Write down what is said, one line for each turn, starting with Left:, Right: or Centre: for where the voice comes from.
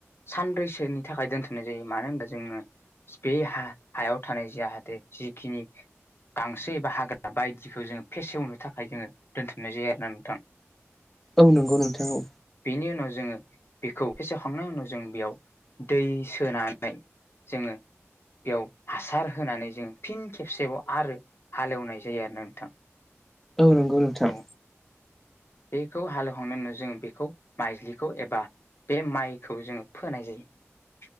Left: सानब्रैसोनि थाखाय दोनथ'नाय जायो मानो होनबा जोङो बे ह हायाव थानाय जाहाथे जिखिनि गांसो एबा हाग्रा बायदिखौ जोङो फेसेवनो थाखाय जोङो दोनथ'नाय जायो आरोो <unintelligible> ना नोंथां
Centre: औ नंगौ नोंथां औ।
Left: बेनि उनाव जोङो बेखौ फेसेखांनायनि उनाव जों बेयाव दै सोनानै। जोङो बेयाव हासार होनानै जों फिन खेबसेबाव आरो हालेवनाय जायो आरो ना नोंथां।
Centre: औ नंगौ नोंथां।
Left: औ बेखौ हालेवखांनायनि उनाव जों बेखौ माइज्लिखौ एबा बे माइखौ जोङो फोनाय जायो।